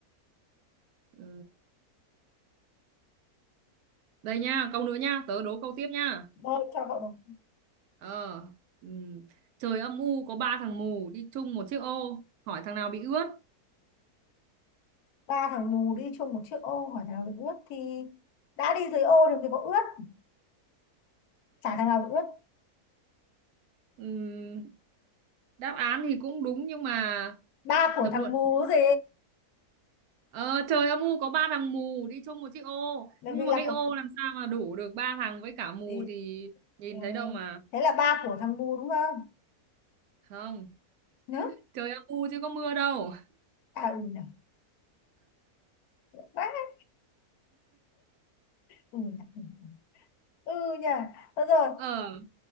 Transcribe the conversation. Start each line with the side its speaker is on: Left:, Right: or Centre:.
Right: Ờ, đây nha câu nữa nha tớ đố câu tiếp nha
Left: thôi cho cậu được
Right: ờ ừm, trời âm u có ba thằng mù đi chung một chiếc ô hỏi thằng nào bị ướt
Left: ba thằng mù đi chung một chiếc ô hỏi thằng nào bị ướt thì đã đi dưới ô đừng thì có ướt chả thằng nào bị ướt
Right: Ừm, đáp án thì cũng đúng nhưng mà
Left: ba của
Right: lập
Left: thằng
Right: luận
Left: mù gì
Right: ờ trời âm u có ba thằng mù đi chung một chiếc ô
Left: bởi
Right: nhưng
Left: vì là
Right: mà cái
Left: cậu
Right: ô làm sao mà đủ được ba thằng với cả mù
Left: thì,
Right: thì nhìn
Left: ừ,
Right: thấy đâu mà
Left: thế là ba của thằng mù đúng không
Right: không
Left: nữa
Right: trời âm u chứ có mưa đâu
Left: à ừ nhỉ Vãi, ừ nhỉ ừ nhỉ Thôi rồi
Right: ờ